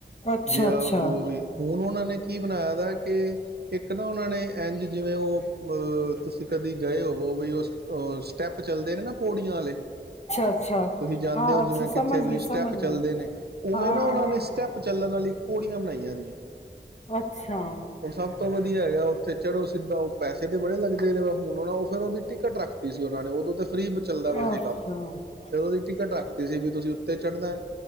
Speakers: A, on the left (about 35°); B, on the right (about 60°).
A: ਅੱਛਾ ਅੱਛਾ
B: ਜੇ ਆਉ
A: ਅੱਛਾ
B: ਜੋ ਵੀ ਹੁਣ ਉਹਨਾਂ ਨੇ ਕੀ ਬਣਾਇਆ ਕਿ ਇੱਕ ਇੱਕ ਨਾ ਉਹਨਾਂ ਨੇ ਇੰਝ ਜਿਵੇਂ ਉਹ ਤੁਸੀਂ ਕਦੀ ਗਏ ਹੋਵੋ ਵੀ ਉਹ ਸਟੈਪ ਚੱਲਦੇ ਨੇ ਨਾ ਪੌੜੀਆਂ ਵਾਲੇ
A: ਅੱਛਾ
B: ਤੁਸੀਂ ਜਾਣਦੇ
A: ਹਾਂ
B: ਹੋ
A: ਅੱਛਾ
B: ਜਿਵੇਂ ਕਿੱਥੇ
A: ਸਮਝ
B: ਵੀ
A: ਗਈ
B: ਸਟੈਪ
A: ਸਮਝ
B: ਚੱਲਦੇ
A: ਗਈ
B: ਨੇ ਉਵੇਂ
A: ਹਾਂ
B: ਨਾ
A: ਹਾਂ
B: ਉਹਨਾਂ ਨੇ ਸਟੈਪ ਚੱਲਣ ਵਾਲੀ ਇੱਕ ਪੌੜੀਆਂ ਬਣਾਈਆਂ ਦੀਆਂ
A: ਅੱਛਾ
B: ਉਹ ਸਭ ਤੋਂ ਵਧੀਆ ਹੈਗਾ ਉੱਥੇ ਚੜੋ ਸਿੱਧਾ ਪੈਸੇ ਤੇ ਬੜੇ ਲੱਗਦੇ ਨੇਹੇ ਵ ਹੁਣ ਉਹ ਉਹ ਫੇਿਰ ਉਹਦੀ ਟਿਕਟ ਰੱਖਤੀ ਸੀ ਉਹਨਾਂ ਨੇ ਉਦੋਂ ਤੇ ਫ੍ਰਰੀ ਚੱਲਦਾ ਪਾ ਸੀ
A: ਅੱਛਾ
B: ਕੰਮ ਫੇਰ ਉਹਦੀ ਟਿਕਟ ਰੱਖਤੀ ਸੀ ਬੀ ਤੁਸੀਂ ਤੇ ਚੜ੍ਹਨਾ